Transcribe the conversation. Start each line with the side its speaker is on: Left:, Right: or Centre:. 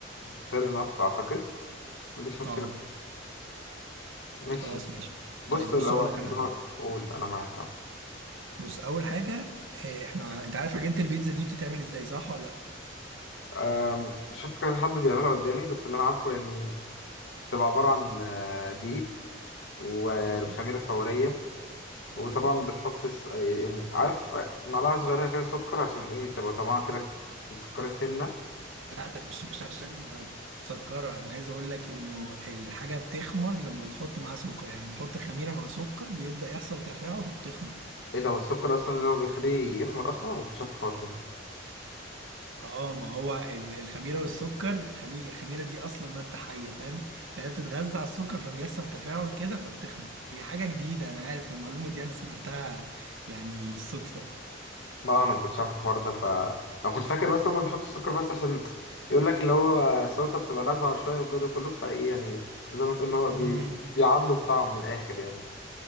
Left: فير انف أعتقد ما عنديش مشكلة
Right: اه
Left: ماشي
Right: خلاص ماشي
Left: بص
Right: طيب بص
Left: لو
Right: اقول
Left: على
Right: لك
Left: الموضوع
Right: على حاجه
Left: قول أنا معاك أهو
Right: بص اول حاجه آه، احنا انت عارف عجينه البيتزا دي بتتعمل ازاي صح ولا لا
Left: أم، شفت كذا حد بيعمله قدامي بس اللي أنا عارفه يعني تبقى عبارة عن آه، دقيق والخميرة
Right: ايوه
Left: الفورية وطبعا
Right: ايوه
Left: بتحط الس- يعني عارف معلقة صغيرة كده سكر عشان ايه بتبقى طعمها كده مسكرة سنة
Right: لا ده مش مش عشان مسكره انا عايز اقول لك انه الحاجه بتخمر لما بتحط معاها سكر يعني بتحط خميره مع سكر بيبدا يحصل تفاعل فبتخمر
Left: ايه ده هو السكر اصلا اللي هو بيخليه يخمر اصلا أنا ما كنتش عارف الحوار ده
Right: اه ما هو ال- الخميره والسكر الخمي... الخميره دي اصلا ماده حيه فاهم فهي بتتغذى على السكر فبيحصل تفاعل كده فبتخمر هي حاجه جديده انا عارف المعلومه دي انا سمعتها يعني بالصدفه
Left: ما انا ما كنتش عارف الحوار ده ف انا كنت فاكر بس هما بيحطوا السكر بس عشان يقول لك اللي هو الصلصة بتبقى لاذعة شوية والجو ده كله فايه يعني زي ما تقول اللي هو
Right: مم.
Left: بي... بيعادلوا الطعم من الاخر يعني